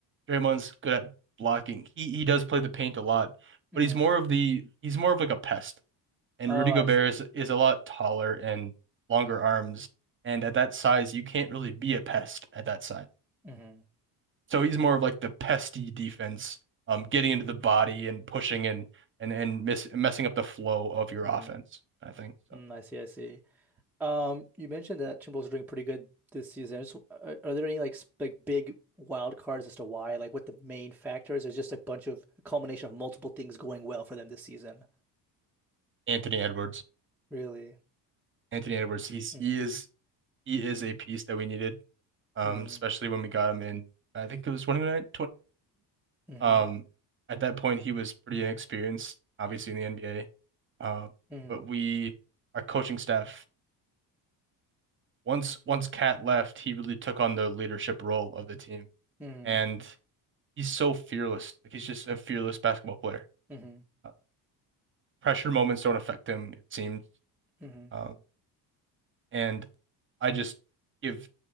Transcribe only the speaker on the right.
Draymond's good at blocking. He he does play the paint a lot,
but he's more of the he's more of like a pest. And
Rudy
Gobert
is is a lot taller and longer arms, and at that size, you can't really be a pest at that size.
So he's more of like the pesty defense, um, getting into the body and pushing and and and miss, messing up the flow of your
offense, I think. So
Anthony Edwards,
Anthony Edwards, he's
he is he is a piece that we needed, um,
especially when we got him in, I think it was 29
Um, at that point, he was pretty inexperienced, obviously in the NBA. Um,
but we, our coaching staff, once once Cat left, he really took on the leadership role of the team,
and he's so fearless. Like he's just a fearless basketball player.
Uh, pressure moments don't affect him, it seems.
Um, And I just give